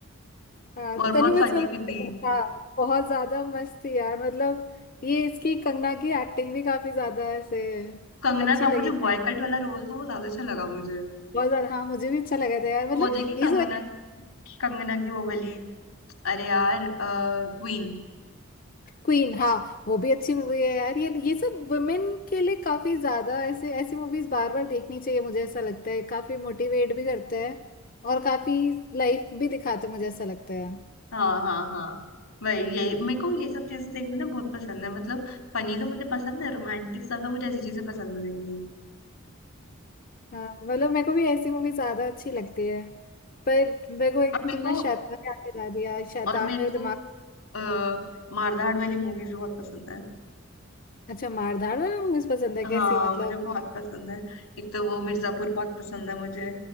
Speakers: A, on the left (about 40°); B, on the left (about 90°).
A: हाँ
B: और बहुत
A: तनु मिस
B: फनी
A: मनोज
B: भी थी
A: हाँ बहुत ज्यादा मस्त थी यार मतलब ये इसकी कंगना की एक्टिंग भी काफी ज्यादा ऐसे
B: कंगना
A: अच्छी
B: का
A: लगी
B: वो जो बॉयकट वाला रोल था वो ज्यादा अच्छा लगा मुझे
A: बहुत ज्यादा हाँ मुझे भी अच्छा लगा था यार मतलब
B: वो देखी कंगना
A: ये सब
B: कंगना की वो वाली अरे यार क्वीन
A: क्वीन हाँ वो भी अच्छी मूवी है यार ये ये सब वुमेन के लिए काफी ज्यादा ऐसे ऐसी मूवीज बार बार देखनी चाहिए मुझे ऐसा लगता है काफी मोटिवेट भी करते हैं और काफी लाइफ भी दिखाते हैं मुझे ऐसा लगता है
B: हाँ हाँ हाँ वही यही मेरे को ये सब चीजें देखना ना बहुत पसंद है मतलब फनी तो मुझे पसंद है रोमांटिक ज्यादा मुझे ऐसी चीजें पसंद है देखनी
A: हाँ मतलब मेरे को भी ऐसी मूवी ज्यादा अच्छी लगती है पर मेरे को एकदम
B: और मेरे
A: तुमने
B: को
A: शैतान याद दिला दिया शैतान
B: और मेरे
A: मेरे दिमाग
B: को वो,
A: में
B: अ, मारधाड़ वाली मूवीज बहुत पसंद है
A: अच्छा मारधाड़ वाली मूवीज पसंद है
B: हाँ
A: कैसी मतलब
B: मुझे बहुत पसंद है एक तो वो मिर्जापुर बहुत पसंद है मुझे